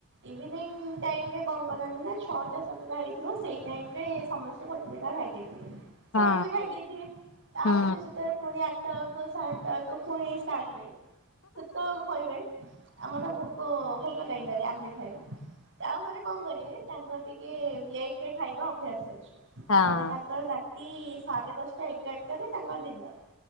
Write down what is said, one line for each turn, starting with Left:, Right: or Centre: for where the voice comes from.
Right: ଇଭିନିଂ ଟାଇମରେ କଣ କରନ୍ତି ନା ଛଅଟା ସାତଟା ହେଇଥିବ ସେଇ ଟାଇମ୍ ସମସ୍ତେ ଗୋଟେ ଜାଗା ଖାଇ ଦେଇେଇଥିବେ
Left: ହଁ
Right: ସେମାନେ ବି ଖାଇଦେଇଥିବେ ତାପରେ
Left: ହୁଁ
Right: ଯେତେବେଳେ ପୁଣି ସାତ କ ସାତଟା କ ପୁଣି ଷ୍ଟାର୍ଟ ହୁଏ। ସେ ତେବେଳକୁ କହିବେ ଆମର ତ ଭୋକ ଭୋକ ଲାଗିଲାନି ଅମେବି ଖାଇବୁ। ତାପରେ କଣ କରିବି ତାଙ୍କର ଟିକେ ଲେଟ ରେ ଖାଇବା ଅଭ୍ୟାସ ଅଛି।
Left: ହଁ
Right: ମାନେ ତାଙ୍କର ରାତି ସାଢେ ଦଶଟା ଏଗାରଟାରେ ତାଙ୍କର ଡିନର।